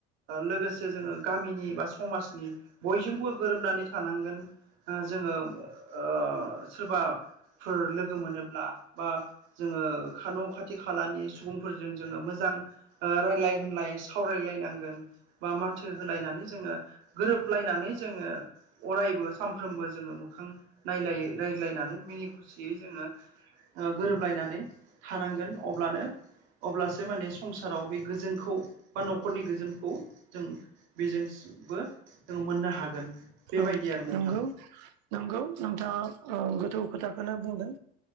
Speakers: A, on the right (about 70°); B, on the right (about 85°).
A: लोगोसे जोङो गामिनि बा समाजनि बयजोंबो गोरोबनानै थानांगोन ओ जोङो ओ सोरबाफोर लोगो मोनोब्ला बा जोङो खा न' खाथि खालानि सुबुंफोरजों जोङो मोजां ओ रायलाय होनलाय सावरायलायनांगोन बा माथो होलायनानै जोङो गोरोबलायनानै जोङो अरायबो सानफ्रोमबो जोङो मोखां नायलायै रायज्लायनानै मिनि खुसियै जोङो गोरोबलायनानै थानांगोन अब्लानो अब्लासो माने संसाराव बे गोजोनखौ बा न'खरनि गोजोनखौ जों बेजोंबो जोंो मोननो हागोन बेबायदि
B: औ
A: आरो नोंथां
B: नंगौ नंगौ नोंथाङा गोथौ खोथाखौनो बुंदों